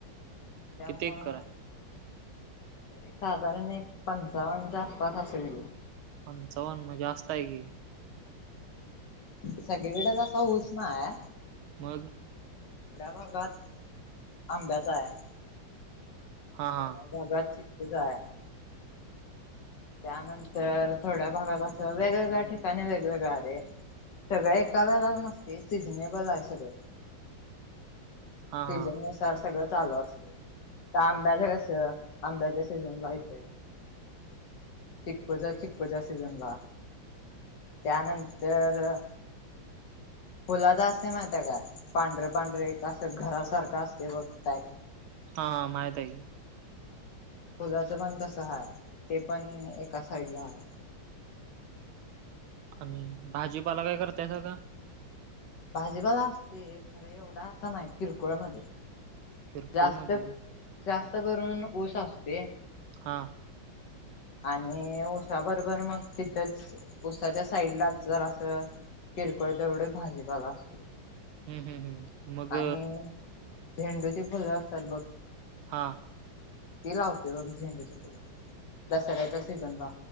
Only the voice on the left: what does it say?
त्यामुळं
तरी साधारण नाही एक पंचावन्नच्या आसपास असेलं की.
सगळीकडेचं असा ऊसं नाय.
ह्या भागांत आंब्यांचाय.
थोड्याच भागांत चिकूचाय. त्यानंतर थोड्या भागांत असं, वेगवेगळ्या ठिकाणीं वेगवेगळं हाय रे. सगळं एका वेळेला नसते. सिझने बल आहे सगळं.
सिझन वाइस <unintelligible> तस सगळं चालूं असतय. त आंब्याच कसं आंब्यांच्या सीझन ला हेतय. चिक्कोचा, चिकूच्या सीझनला. त्यानंतर फुलाचा असतय माहिती काय? पांढरे- पांढरे एक असं घरासारखं असतय बघ टाइप.
फुलाचं पण कसं हाय, ते पण एका साइडला हाय.
भाजीपाला असतोय, खरं एवढा असा नाही किरकोळ मध्ये.
जास्त,
जास्त करून ऊस असतोय.
आणि उसा बरोबर मग तिथंच ऊसाच्या साईडला जरा असं, किरकोळ तेवढ भाजीपाला असतोय.
आणि झेंडूची फुलं असतात बघ.
ती लावतोय बघ झेंडुची फुल. दसऱ्याच्या सीझनला,